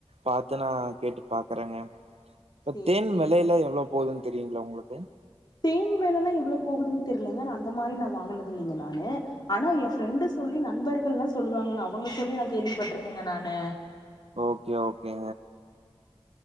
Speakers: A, on the right; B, on the left.
A: பாத்து நான் கேட்டு பாக்குறேங்க இப்ப
B: சேரி
A: தேன்
B: சேரிங்க
A: வெலேலா எவ்ளோ போதுன்னு தெரியுங்களா உங்களுக்கு கு
B: தேன் வெலேலா எவ்ளோ போகுதுன்னு தெர்லங்க நா அந்த மாரி நான் வாங்குனது இல்லங்க நானு ஆனா என் ஃப்ரெண்டு சொல்லி நண்பர்கள்ல்லாம் சொல்லுவாங்க அவங்க சொல்லி நான் கேள்விப்பட்ருக்கேங்க நானு
A: ஓகே ஓகேங்க